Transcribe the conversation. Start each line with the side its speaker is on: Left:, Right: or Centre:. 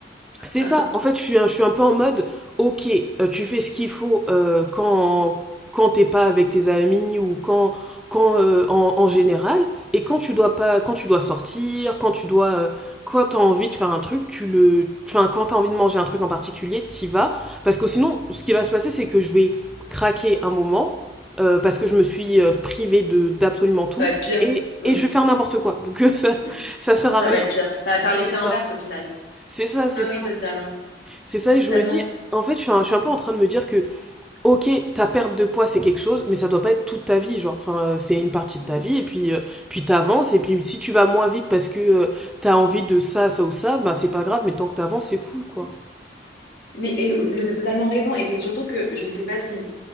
Centre: c'est
Left: <laughs>
Centre: ça. En fait, je suis, un- je suis un peu en mode, ok, euh, tu fais ce qu'il faut euh, quand, quand t'es pas avec tes amis ou quand, quand euh, en, en général, et quand tu dois pas, quand tu dois sortir, quand tu dois, euh, quand t'as envie de faire un truc, tu le, enfin, quand t'as envie de manger un truc en particulier, t'y vas, parce que sinon, ce qui va se passer, c'est que je vais craquer un moment. euh, parce que je me suis
Left: C'est
Centre: euh,
Left: Ça
Centre: privée de d'absolument tout
Left: Ça va être pire.
Centre: et,
Left: Mm,
Centre: et je vais faire n'importe quoi. Donc euh, <laughs> ça
Left: mm.
Centre: ça sert à
Left: Ça
Centre: rien.
Left: va être pire. Ça va faire
Centre: C'est
Left: l'effet
Centre: ça.
Left: inverse au final.
Centre: C'est ça, c'est
Left: Ah
Centre: ça.
Left: Oui, totalement.
Centre: C'est ça, et
Left: Totalement.
Centre: je me dis, en fait, je suis, un, je suis un peu en train de me dire que, ok, ta perte de poids, c'est quelque chose, mais ça doit pas être toute ta vie. Genre, enfin, euh, c'est
Left: Mm,
Centre: une partie de
Left: mm.
Centre: ta vie, et puis, euh, puis t'avances, et puis si tu vas moins vite parce que tu t'as envie de ça, ça ou ça, bah c'est pas grave, mais tant que t'avances, c'est cool, quoi.
Left: Mais, et- oui, mais t'as totalement raison. Et c'est surtout que je ne sais pas si